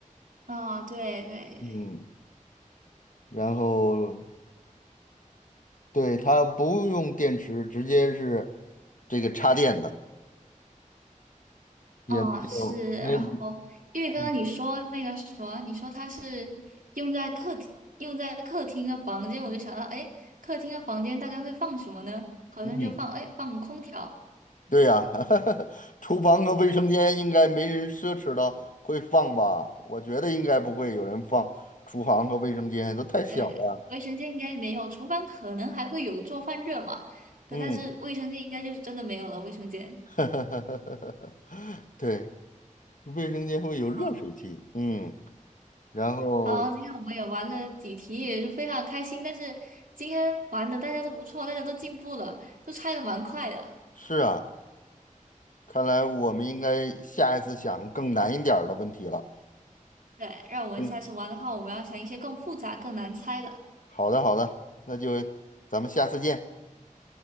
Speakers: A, on the right; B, on the left.
A: 啊，对对对
B: 嗯，然后对它不用电池，直接是这个插电的，也没有没
A: 嗯，是，然后因为刚刚你说那个什么，
B: 嗯。
A: 你说它是用在客厅，用在客厅的房间，我就想到，哎，客厅的房间大概会放什么呢？好像就放，
B: 嗯
A: 哎，放空调，
B: 对呀、<laughs> 厨房和卫生间应该没人奢侈到会放吧？我觉得应该不会有人放厨房和卫生间，都太小了。
A: 对，卫生间应该没有，厨房可能还会有做饭热嘛，可但是卫生间应该就是真的没有了，
B: 嗯，
A: 卫生间。
B: <laughs> 对，卫生间会有热水器。
A: 好，
B: 嗯，然后
A: 好，今天我们也玩了几题，也是非常开心，但是今天玩的大家都不错，大家都进步了，都拆的蛮快的。
B: 是啊，看来我们应该下一次想更难一点儿的问题了。
A: 对，让我们下次玩的话，
B: 嗯，
A: 我们要想一些更复杂、更难猜的。
B: 好的，好的，那就咱们下次见，